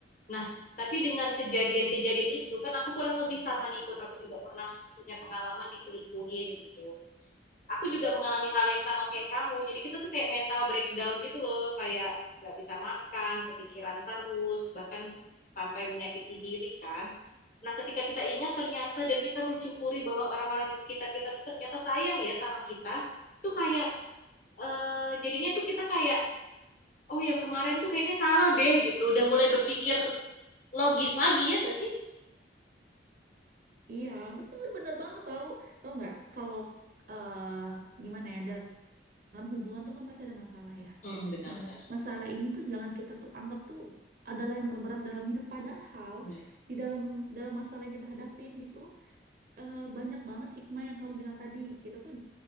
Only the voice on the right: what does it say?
Iya, bener-bener banget tahu. Tahu nggak kalau eh gimana ya dalam hubungan tuh kan pasti ada masalah ya.
Nah, masalah ini tuh jangan kita tuh anggap tuh adalah yang terberat dalam hidup padahal
di dalam dalam masalah yang kita hadapin gitu eh, banyak banget hikmah yang kamu bilang tadi. Kita tuh